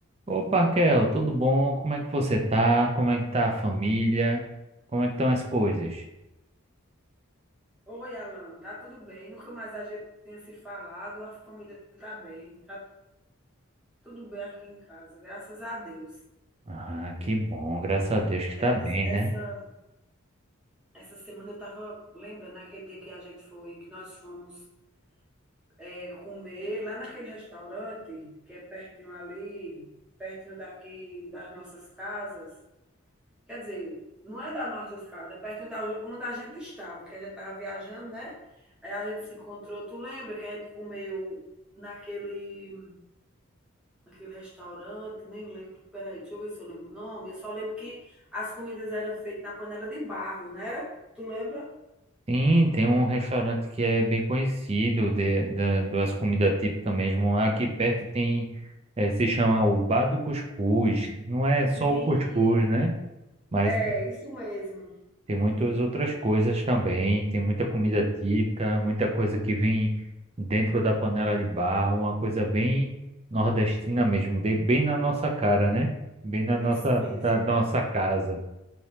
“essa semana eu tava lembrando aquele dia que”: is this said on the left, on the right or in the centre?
Centre